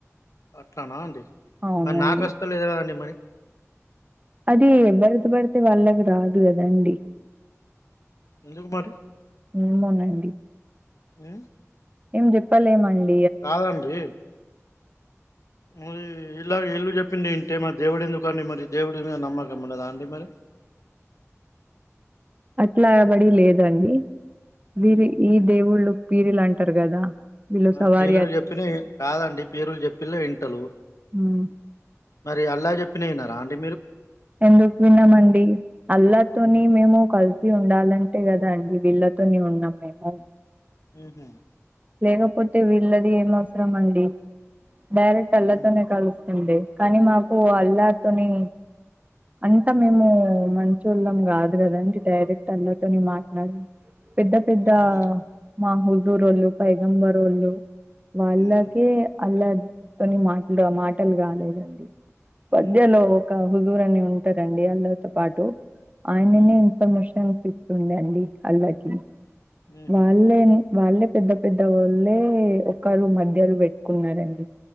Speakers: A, on the left (about 80°); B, on the right (about 30°).
A: అట్లానా అండి
B: అవునండి
A: మరి నాకు అస్తలేదు కదండి మరి
B: అది ఎవరికి పడితే వాళ్లకి రాదు కదండీ
A: ఎందుకు మరి
B: ఏమోనండి
A: అ
B: ఏం చెప్పాల ఏమండి
A: కాదండీ మరి ఇలా ఎల్లు చెప్పిండడి ఇంటేమరి దేవుడు ఎందుకు అండి మరి దేవుడి మీద నమ్మకం ఉన్నదా అండి మరి
B: అట్లా అబడి లేదండి వీరి
A: ఉమ్
B: ఈ దేవుళ్ళు వీరి లాంటే అంటారు కదా వీళ్ళు సవారి
A: ఆ పీలులు చెప్పిన కాదండి పీరులు చెప్పిలే ఇంటలు
B: హ్మ్
A: మరి అల్లా చెప్పినయి విన్నారండి
B: ఎందుకు విన్నామండి అల్లాతోని
A: ఉమ్
B: మేము కలు సి ఉండాలంటే కదా అండి వీళ్ళతోనే ఉన్నాం మేము
A: ఊహ్మ్
B: లేకపోతే వీళ్ళది ఏం అవసరం అండి డైరెక్ట్ అల్లతోనే
A: అవును
B: కలుస్త ండి కానీ మాకు అల్లాతోని అంతా మేము మంచోళ్ళం కాదు కదండి డైరెక్ట్ అల్లతోని మాట్లాడ ఎబ పెద్ద
A: ఉహు
B: మా హుదుర్ వాళ్ళు పైగంబర్ వాళ్ళు వాళ్ళక
A: హ్మ్
B: అల్ల తోని మాటలు మాటలు కాలేదండి మద్యలో
A: హ్మ్
B: ఒక జూరువాణి ఉంటారండి వాళ్ళతో పాటు ఆయననే
A: హ్మ్
B: ఇన్ఫర్మేషన్ స్తుంది అండి అల్లాకి
A: ఉహూ
B: వాళ్ళే వాళ్ళే పెద్ద పెద్దవాళ్ళే ఒకరు మధ్యలో పెట్టుకున్నడి